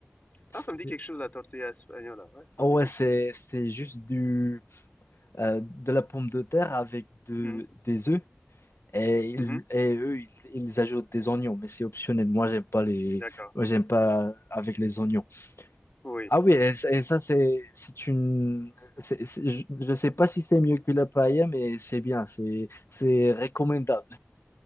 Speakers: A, on the left; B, on the left.
A: C'est-
B: Ah, ça me dit quelque chose la tortilla espagnole, hein. ouais, ça
A: Ah
B: me
A: ouais,
B: dit quelque
A: c'est,
B: chose.
A: c'est juste du, euh, de la pomme de terre avec de,
B: Mhm,
A: des œufs. Et, ils-
B: mhm,
A: et eux, ils, ils ajoutent des oignons, mais c'est optionnel. Moi, j'aime pas les,
B: D'accord,
A: moi, j'aime pas avec les oignons.
B: oui.
A: Ah oui, et, c- et ça, c'est c'est une. c'est- c'est- je ne sais pas si c'est mieux que la paella, mais c'est bien, c'est c'est recommandable.